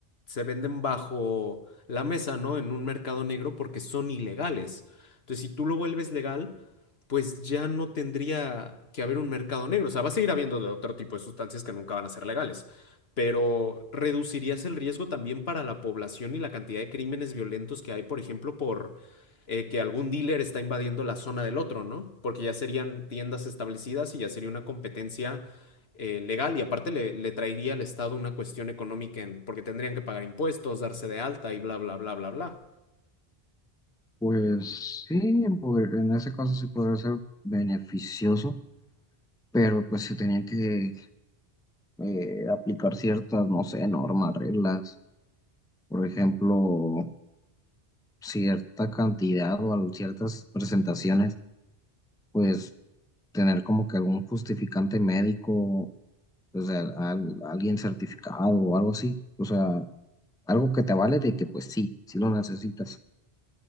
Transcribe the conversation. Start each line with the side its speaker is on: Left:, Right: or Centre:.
Left: se venden bajo la mesa, ¿no? En un mercado negro porque son ilegales. Entonces, si tú lo vuelves legal, pues ya no tendría que haber un mercado negro. O sea, va a seguir habiendo de otro tipo de sustancias que nunca van a ser legales pero reducirías el riesgo también para la población y la cantidad de crímenes violentos que hay, por ejemplo, por eh, que algún dealer está invadiendo la zona del otro, ¿no? Porque ya serían tiendas establecidas y ya sería una competencia eh, legal y aparte le, le traería al Estado una cuestión económica en- porque tendrían que pagar impuestos, darse de alta y bla, bla, bla, bla, bla.
Centre: Pues sí, en, poder- en ese caso sí podría ser beneficioso, pero pues se tenía que eh, aplicar ciertas, no sé, normas, reglas, por ejemplo, cierta cantidad o al- ciertas presentaciones, pues tener como que algún justificante médico, o sea, al- alguien certificado o algo así, o sea, algo que te vale de que pues sí, sí lo necesitas.